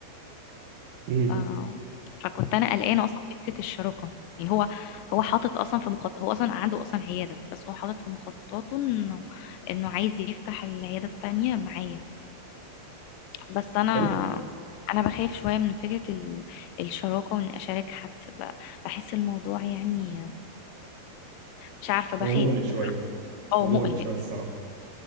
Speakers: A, on the right (about 70°); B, on the left (about 85°).
A: مم.
B: آه فكنت انا قلقانه اصلا فكره الشراكه يعني هو هو حاطط اصلا في مخطط هو اصلا عنده اصلا عياده بس هو حاطط في مخططاته انه انه عايز يفتح العياده التانيه معايا بس انا
A: حلو
B: انا بخاف شويه من فكره ال- الشراكه وان اشارك حد ب- بحس الموضوع يعني مش عارفه بخاف
A: هو مقلق شويه
B: اه
A: هو
B: مقلق
A: مقلق شويه الصراحه